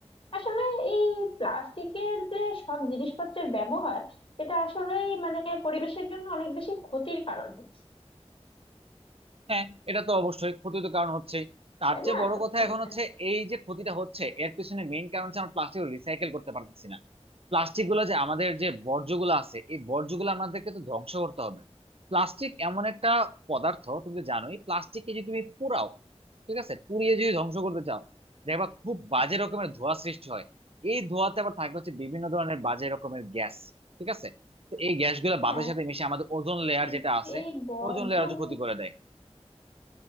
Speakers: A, on the left (about 55°); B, on the right (about 60°).
A: আসলে এই প্লাস্টিকের যে সব জিনিসপত্রের ব্যবহার এটা আসলেই মানে পরিবেশের জন্য অনেক বেশি ক্ষতির কারণ হচ্ছে
B: হ্যাঁ এটা তো অবশ্যই ক্ষতি তো কারণ হচ্ছেই তার
A: তাই
B: চেয়ে
A: না
B: বড়
A: তো
B: কথা
A: মনে
B: এখন
A: হয়।
B: হচ্ছে এই যে ক্ষতিটা হচ্ছে এর পিছনে মেইন কারণ হচ্ছে আমরা প্লাস্টিক রিসাইকেল করতে পারতেছি না প্লাস্টিক গুলো যে আমাদের যে বর্জ্যগুলো আছে এই বর্জ্যগুলো আমাদেরকে তো ধ্বংস করতে হবে প্লাস্টিক এমন একটা পদার্থ তুমি তো জানোই প্লাস্টিককে যদি তুমি পোড়াও ঠিক আছে পুড়িয়ে যদি ধ্বংস করতে চাও দেখবা খুব বাজে রকমের ধোঁয়া সৃষ্টি হয় এই ধোঁয়াতে আবার থাকে হচ্ছে বিভিন্ন ধরনের বাজে রকমের গ্যাস ঠিক আছে তো এই গ্যাসগুলো
A: হ্যাঁ
B: বাতাসের সাথে মিশে আমাদের ওজোন লেয়ার
A: কিন্তু
B: যেটা আছে
A: এই বর্জ্য
B: ওজোন লেয়ার
A: গু-
B: ক্ষতি করে দেয়